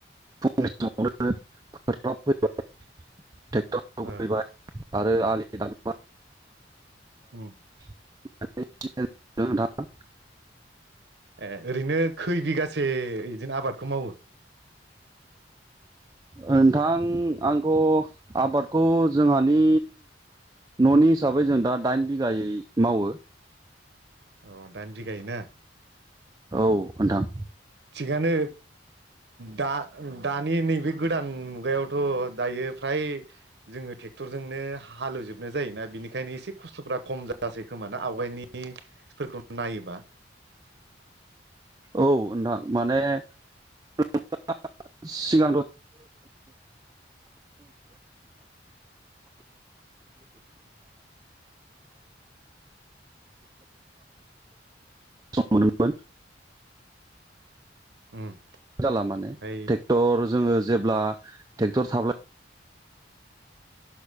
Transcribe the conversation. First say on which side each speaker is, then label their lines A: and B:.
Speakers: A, on the right (about 20°); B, on the right (about 60°).
A: फुंनि समावनोैबाय ट्रेक्टर हेवहोयबाय
B: ओ
A: आरो आलि दान
B: औ
A: <unintelligible>
B: ए ओरैनो खै बिगासे बिदिनो आबादखौ मावो
A: ओ नोंथां आंथ' आबादखौ जोंहानि न'नि हिसाबै जों दा दाइन बिगायै मावो।
B: अ दाइन बिगायै ना
A: औ नोंथां
B: थिगानो दा दानि नैबे गोदान मुगायावथ' दायो फ्राय जोङो ट्रेक्टरजोंनो हालेवजोबनो जायोना बिनिखायनो एसे खस्थ'फ्रा खम जासै खोमाना आवगायनिफोरखौ नायोबा
A: औ नोंथां माने <unintelligible> <unintelligible> खस्थ' मोनोमोन
B: उम
A: जाला माने
B: ओमफ्राय
A: ट्रेक्टर जोङो जेब्ला साबलाय